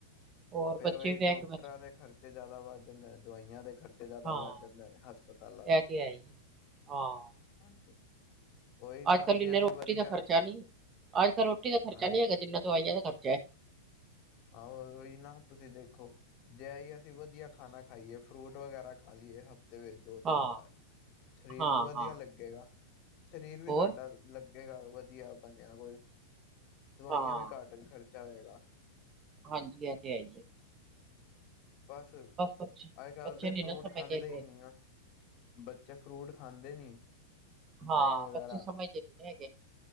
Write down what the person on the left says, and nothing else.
ਫਿਰ
ਉਹੀ
ਡਾਕਟਰਾਂ
ਦੇ ਖਰਚੇ ਜਿਆਦਾ ਵੱਧ ਜਾਂਦੇ ਨੇ ਦਵਾਈਆਂ ਦੇ ਖਰਚੇ ਜ਼ਿਆਦਾ
ਵੱਧ ਜਾਂਦੇ ਨੇ ਹਸਪਤਾਲਾਂ
ਦੇ
ਹਾਂਜੀ ਉਹੀ ਨਾ
ਜੇ
ਅਸੀਂ
ਵਧੀਆ
ਹਾਂਜੀ
ਆਹੋ ਉਹੀ ਨਾ ਤੁਸੀਂ ਦੇਖੋ ਜੇ ਇਹ ਅਸੀਂ ਵਧੀਆ ਖਾਣਾ ਖਾਈਏ ਫਰੂਟ ਵਗੈਰਾ ਖਾ ਲਈਏ ਹਫ਼ਤੇ ਵਿੱਚ ਦੋ ਤਿੰਨ
ਵਾਰ ਸਰੀਰ
ਨੂੰ ਵਧੀਆ
ਲੱਗੇਗਾ ਸਰੀਰ ਵੀ
ਸਾਡਾ ਲੱਗੇਗਾ ਵਧੀਆ ਬੰਦਿਆ ਕੋਲ, ਦਵਾਈਆਂ
ਵੀ ਘੱਟ ਖਰਚਾ ਹੋਏਗਾ।
ਬਸ
ਅੱਜ ਕੱਲ
ਤਾਂ
ਫਰੂਟ
ਖਾਂਦੇ
ਹੀ ਨਹੀ ਆ ਬੱਚੇ ਫਰੂਟ ਖਾਂਦੇ ਨੀ,
ਦਹੀਂ ਵਗੈਰਾ